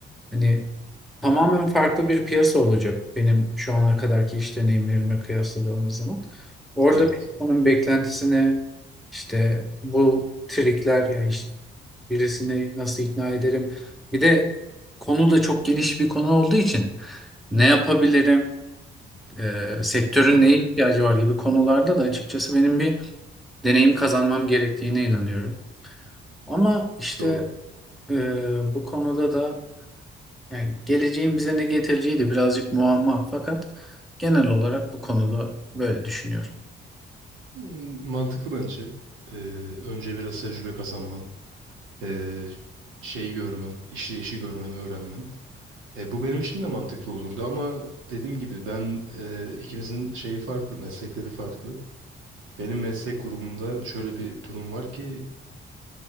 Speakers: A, in the centre; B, on the right (about 85°).
A: hani tamamen farklı bir piyasa olacak benim şu ana kadarki iş deneyimlerime kıyasladığımız zaman. Orada
B: Evet.
A: piyasanın beklentisine işte bu trikler yani iş- Birisini nasıl ikna ederim? Bir de konu da çok geniş bir konu olduğu için ne yapabilirim? E, sektörün
B: Hı hı.
A: neye ihtiyacı var gibi konularda da açıkçası benim bir deneyim kazanmam gerektiğine inanıyorum. Ama işte
B: Doğru.
A: e, bu konuda da yani geleceğin bize ne getireceği de birazcık muamma. Fakat genel olarak bu konuda böyle düşünüyorum.
B: Hmm, Mantıklı bence. Ee, önce biraz tecrübe kazanman. e, şeyi görmen, işleyişi görmen, öğrenmen. E, bu benim için de mantıklı olurdu ama dediğim gibi ben e, ikimizin şeyi farklı, meslekleri farklı. Benim meslek grubumda şöyle bir durum var ki